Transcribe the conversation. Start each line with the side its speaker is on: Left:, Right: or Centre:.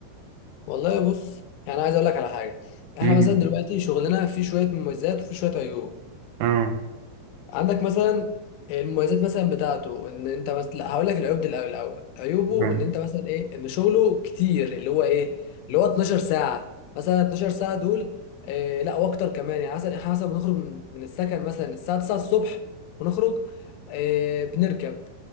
Left: والله بص يعني عايز أقول لك على حاجة إحنا
Right: امم
Left: مثلا دلوقتي شغلنا فيه شوية مميزات وفيه شوية عيوب
Right: اه
Left: عندك مثلا المميزات مثلا بتاعته ان انت مثلا لا هقول لك العيوب دي الاول الاول عيوبه
Right: آه.
Left: ان انت مثلا ايه ان شغله كتير اللي هو ايه اللي هو 12 ساعه مثلا 12 ساعه دول إيه لا واكتر كمان يعني مثلا احنا مثلا بنخرج من من السكن مثلا الساعه 9 الصبح ونخرج إيه بنركب